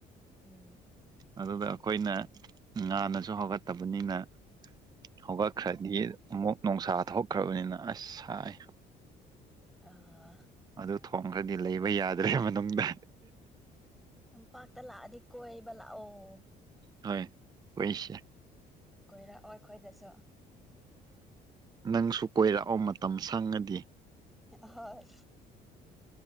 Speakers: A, in the centre; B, on the right.
A: ꯎꯝ
B: ꯑꯗꯨꯗ ꯑꯩꯈꯣꯏꯅ ꯉꯥꯟꯅꯁꯨ ꯍꯧꯒꯠꯇꯕꯅꯤꯅ ꯍꯧꯒꯠꯈ꯭ꯔꯗꯤ ꯑꯃꯨꯛ ꯅꯨꯡꯁꯥ ꯊꯣꯛꯈ꯭ꯔꯕꯅꯤꯅ ꯑꯁ ꯁꯥꯏ
A: ꯑꯣ
B: ꯑꯗꯨ ꯊꯣꯡꯈ꯭ꯔꯗꯤ ꯂꯩꯕ ꯌꯥꯗ꯭ꯔꯦ ꯃꯅꯨꯡꯗ
A: ꯇꯝꯄꯥꯛꯇ ꯂꯥꯛꯑꯗꯤ ꯀꯣꯏꯕ ꯂꯥꯛꯑꯣ
B: ꯍꯣꯢ ꯀꯣꯢꯁꯦ
A: ꯀꯣꯏꯔꯛꯑꯣ ꯑꯩꯈꯣꯏꯗꯁꯨ
B: ꯅꯪꯁꯨ ꯀꯣꯏꯔꯛꯑꯣ ꯃꯇꯝ ꯁꯪꯉꯗꯤ
A: ꯍꯣꯏ